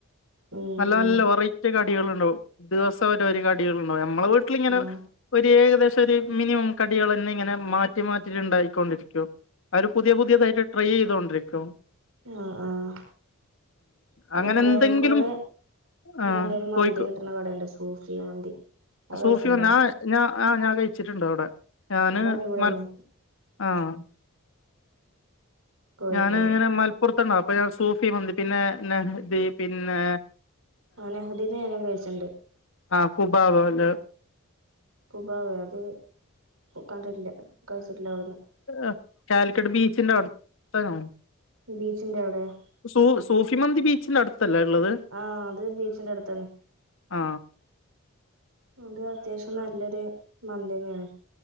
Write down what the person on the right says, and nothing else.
ഉം
ആഹ്
യാ ആഹ് ഇവടെ
കോഴിക്കോട്
നല്ലൊരു മന്തി
കിട്ടണ കടയ്ണ്ട് സൂഫി മന്തി അത് കഴിച്ചിണ്ടാ
അത് അടിപൊളിയാണ്
കോഴിക്കോട്
ആ നെഹദി ഞാനും കഴിച്ചിണ്ട്
കുബാവയോ അത് കണ്ടിട്ടില്ല കഴിച്ചിട്ടില്ലാതോന്ന്
ബീച്ചിന്റെ അവിടെയാ
ആഹ് അത് ബീച്ചിന്റെ അടുത്താണ്
അത് അത്യാവശ്യം ന ല്ലൊരു മന്തി തന്നെആണ്